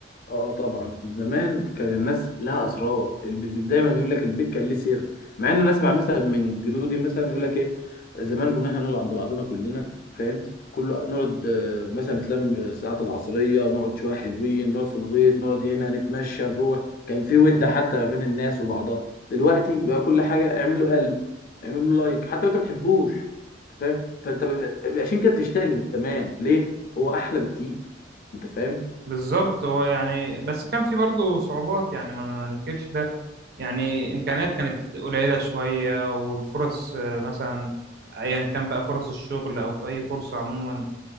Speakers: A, on the left; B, on the right.
A: اه طبعا زمان كان الناس لها اسرار الب- دايما يقول لك البيت كان ليه سر مع ان انا اسمع مثلا من جدودي مثلا يقول لك ايه زمان كنا احنا نقعد عند بعضنا كلنا فاهم كله نقعد آه، مثلا نتلم آه، الساعات العصريه نقعد شويه حلوين نقعد في الغيط نقعد هنا نتمشى نروح كان في ود حتى ما بين الناس وبعضها دلوقتي بقى كل حاجه اعمل له قلب اعمل له لايك حتى لو انت ما بتحبوش أنت فاهم فانت ب- عشان كده بتشتغل زمان ليه هو احلى بكتير انت فاهم
B: بالظبط هو يعني بس كان في برضه صعوبات يعني ما ما ننكرش ده يعني امكانيات كانت قليلة شوية والفرص آه، مثلا ايا كان بقى فرص الشغل او في اي فرصة عموما